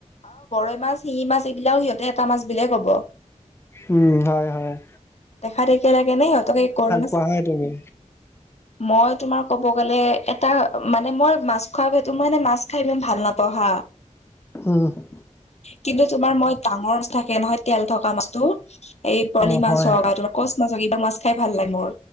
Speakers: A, on the left (about 60°); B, on the left (about 20°).
A: অ গৰৈ মাছ শিঙি মাছ এইবিলাকও সিহঁতে এটা মাছ বুলিও ক'ব।
B: উমঁ! হয়ঁ! হয়ঁ!
A: দেখা দেখি কেনে নাই অতক কৰমেচ
B: পোৱা হয় তুমি
A: মই তোমাৰ কব গ'লে এটা মানে মই মাছ খোৱা ভাটো মই এই মাছ খাই ইমান ভাল নাপাওঁ হা।
B: উমঁ! উমঁ!
A: কিন্তু তোমাৰ মই ডাঙৰ মাছ থাকে নহয় তেল থকা মাছটো এই পোৱলি
B: অ
A: মাছ
B: হয়
A: চব তোমাৰ কচ মাছক এইবাৰ মাছ খাই ভাল লাগে মোৰ